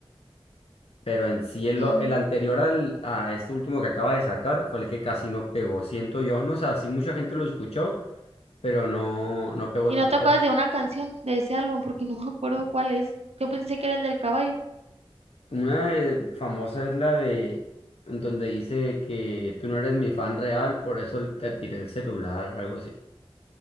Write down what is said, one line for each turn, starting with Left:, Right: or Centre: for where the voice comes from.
Left: pero en sí el,
Right: Mm.
Left: o- el anterior al, a este último que acaba de sacar fue el que casi no pegó, siento yo. No, sé, sí mucha gente lo escuchó, pero no, no pegó
Right: ¿Y
Left: tanto.
Right: no te acuerdas de una canción de ese álbum? Porque <laughs> no me acuerdo cuál es. Yo pensé que era el del caballo.
Left: Una de- famosa es la de en donde dice que tú no eres mi fan real, por eso te tiré el celular, algo así.